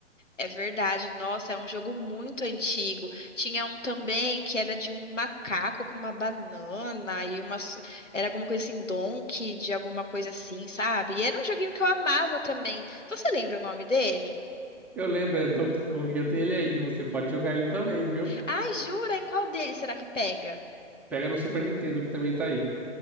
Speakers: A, on the left; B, in the centre.
A: É verdade, nossa, é um jogo muito antigo. Tinha um também que era de um macaco com uma banana e umas. Era alguma coisa assim, Donkey, de alguma coisa assim, sabe? E era um joguinho que eu amava também. Você lembra o nome dele?
B: Eu lembro, é Donkey Kong, eu tenho ele aí. Você pode jogar ele também, viu?
A: Ai, jura? Em qual dele será que pega?
B: Pega no Super Nintendo que também tá aí.